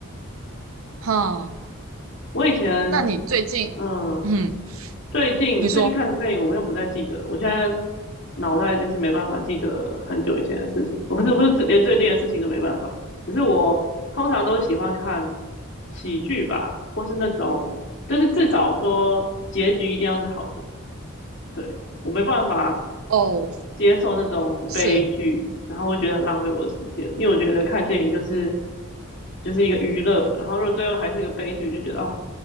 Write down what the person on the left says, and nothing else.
我以前，
嗯，
最近最近看什么电影，
我又不太记得。我现在脑袋就是没办法记得很久以前的事情，<laughs> 我不是，我是连最近的事情都没办法。只是我通常都喜欢看喜剧吧，或是那种，就是至少说结局一定要是好的。对我没办法
接受那种悲剧，
然后我觉得很浪费我的时间，因为我觉得看电影就是就是一个娱乐，然后如果最后还是个悲剧，就觉得哦，